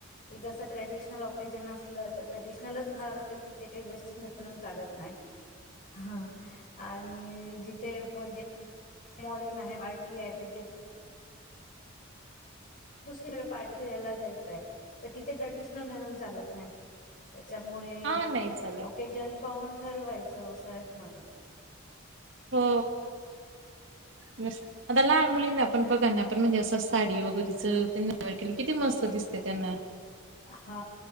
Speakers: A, on the left; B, on the right.
A: की जस. ट्रॅडिशनल बग. ते जर नसल तर ट्रेडिशनलच घाल ते तिथ काय वेस्टर्न घालून चालत नाही हा आणि जिथे म्हणजे मॉडर्न आहे पार्टी है बड्डे दुसरीकड पार्टी फिरायला जायचंय तर तिथे ट्रॅडिशनल घालून चालत नाय. त्याच्यामुळे
B: हा नाही चालत
A: ऑकेजन पाहून ठरवायचं असं आहे माझ.
B: हो <unintelligible> आता लहान मुलीना आपण बघा ना आपण म्हणजे असंच. साडी वगैरेचं <unintelligible> केली किती मस्त दिसते त्यांना.
A: हा